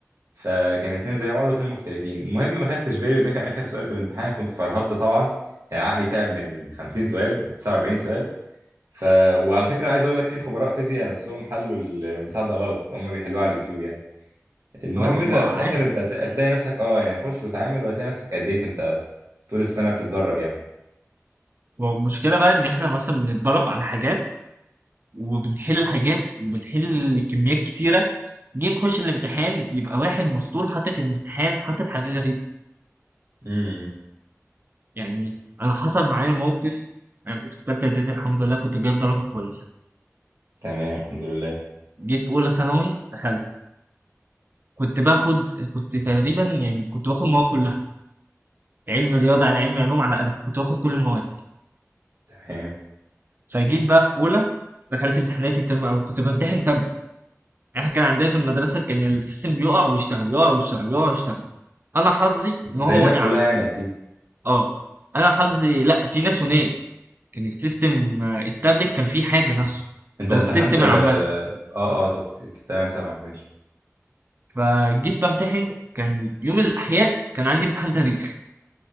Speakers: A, on the right (about 75°); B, on the right (about 40°).
A: فكان اتنين زي بعض واتنين مختلفين المهم ما خدتش بالي وده كان اخر سؤال في الامتحان كنت فرهطت طبعا يعني عقلي تعب من ال 50 سؤال 49 سؤال ف وعلى فكره عايز اقول لك في خبراء فيزياء نفسهم حلوا البتاع ده غلط هم بيحلوه على اليوتيوب يعني المهم
B: اه
A: ففي
B: ما
A: الاخر
B: عادي
A: انت هتلاقي هتلاقي نفسك اه يعني خش وتعامل وهتلاقي نفسك أديت انت طول السنه بتتدرب يعني
B: والمشكلة بقى إن إحنا مثلا بنتدرب على حاجات وبنحل حاجات وبنحل كميات كتيرة جينا نخش الامتحان يبقى واحد مسطول حاطط الامتحان حاطط حاجة غريبة
A: امم
B: يعني انا حصل معايا موقف انا كنت في تالتة اعدادي الحمد لله كنت جايب درجة كويسة
A: تمام الحمد لله
B: جيت في اولى ثانوي دخلت كنت باخد كنت تقريبا يعني كنت باخد مواد كلها علم رياضة على علم علوم على ادب كنت باخد كل المواد
A: تمام
B: فجيت بقى في اولى دخلت امتحانات الترم الاول كنت بمتحن تابلت احنا كان عندنا في المدرسة كان السيستم بيقع ويشتغل يقع ويشتغل يقع ويشتغل انا حظي
A: زي
B: ان هو
A: الناس
B: وقع
A: كلها يعني اكيد
B: اه انا حظي لا في ناس وناس كان السيستم آه، التابلت كان فيه حاجة نفسه
A: انت
B: او
A: امتحنت
B: السيستم
A: اه
B: العامة
A: اه طب تمام سامعك ماشي
B: فجيت بمتحن كان يوم الأحياء كان عندي امتحان تاريخ